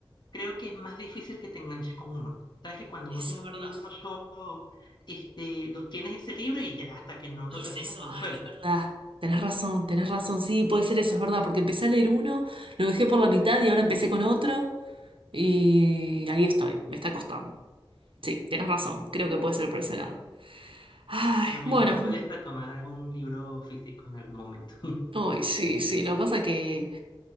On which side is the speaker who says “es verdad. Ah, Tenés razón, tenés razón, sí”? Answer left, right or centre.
Right